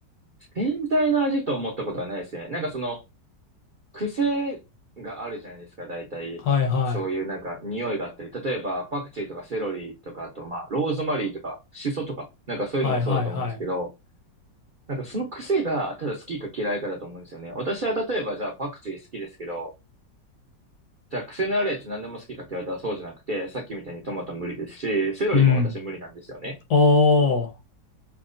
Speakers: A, on the right; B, on the left.
A: 全体の味と思ったことはないですね。なんかその、癖があるじゃないですか、大体。
B: はいはい。
A: そういうなんか匂いがあったり。例えば、パクチーとかセロリとか、あとまあ、ローズマリーとか、シソとか、なんかそういうのもそうだと思うんですけど、
B: はいはいはい。
A: なんかその癖が、ただ好きか嫌いかだと思うんですよね。私は例えばじゃあパクチー好きですけど、じゃあ、癖のあるやつ何でも好きかって言われたらそうじゃなくて、さっきみたいにトマト無理ですし、セロリも私無理なんですよね。
B: うん。ああ、